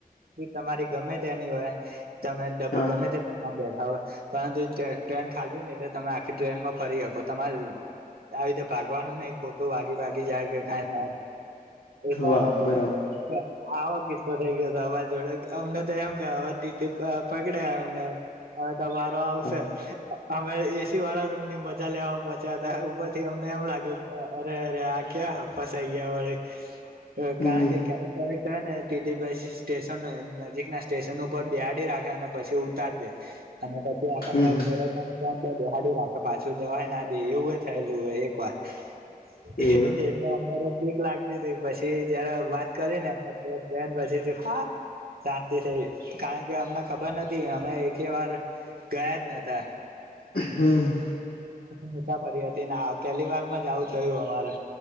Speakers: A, on the right; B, on the left.
A: તમારી ગમે તેની હોય તમેબ
B: હા
A: ગમે તે ડબ બે હવે પરંતુ ટ્રેન ખાલી તમે આખી ટ્રેનમાં ફરી તો તમારે આવી રીતે ભાગવાનું નને ખોટું વાગી બાકી જાય કે કઈ થાય એટલા
B: વાહ
A: માટે
B: બરાબર
A: આવો કિસ્સો થઈ ગયો હતો અ વાવાજ જોડે અમને તો એમ ગ પકડે એમને હવે તમારો આવશે
B: હા
A: આમ એસી વાળા રૂમ નિમ્ધ લ્યાવ પોંચાતાર અમને એમ લાગ્યું કે અરે અરે આ ક્યાં ફસાઈ ગયા વાળી
B: હમ
A: કારણ કે ક્યારેક ક્યારેક ને ટીટી. પછી સ્ટેશન નજીક ના સ્ટેશન ઉપર બેસાડી રાખે અને પછી ઉતારી દે અને પછી આપણનેડે
B: હમ
A: દિબેહાડી રાખે <inaudible> શું જવાય ના દે એવું થયેલું હોય એક વાર <unintelligible>
B: એવું એમ.
A: લાગતી હતી પછી જયારે વાત કરી ને બેન પછી થયું હા શાંતિ થઈ કારણ કે અમને ખબર નથી અમે એકે વાર ગયા જ નતા
B: હમ
A: મુસાાફરી હતી ને આ પહેલી વાર માં જ આવું થયું અમારે